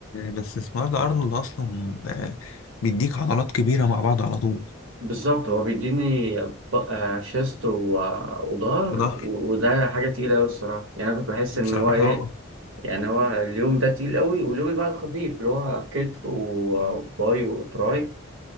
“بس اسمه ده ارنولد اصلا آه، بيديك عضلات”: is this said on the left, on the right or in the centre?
Left